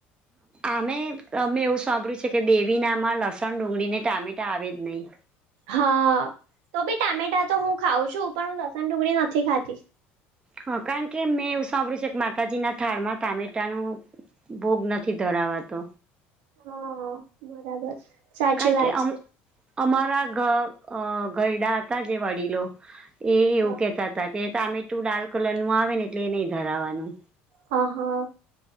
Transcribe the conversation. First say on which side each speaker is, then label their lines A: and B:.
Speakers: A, on the right; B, on the right.
A: આમે અમે એવું સાંભળ્યું છે કે દેવીનામાં લસણ ડુંગળી ને ટામેટા આવે જ નહી.
B: હા તો ભી ટામેટા તો હું ખાઉં છું પણ હું લસણ ડુગળી નથી ખાતી.
A: હ કારણ કે મેં એવું સાંભળ છેે કે માતાજી ના થાળમાં ટામેટાનું ભોગ નથી ધરાવાતો.
B: હા બરાબર છે. સાચી
A: કારણ કે
B: વાત
A: અમારા ગ ગરડા હતા જે વડીલો એ એવું
B: હ
A: કેતા હતા કે તમેટું લાલ્ કલર નું આવે ને એટલે એ નહી ધરાવાનું.
B: હ હા